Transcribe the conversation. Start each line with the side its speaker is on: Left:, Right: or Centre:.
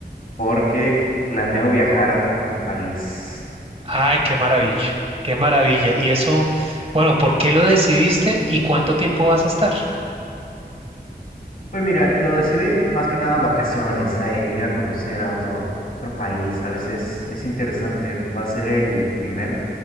Left: Porque planeo viajar a tu país.
Right: Ay, qué maravilla, qué maravilla. Y eso, bueno, ¿por qué lo decidiste y cuánto tiempo vas a estar?
Left: Pues mira, lo decidí más que nada vacaciones, a ir a conocer a otro, otro país, a veces es interesante, va a ser el primer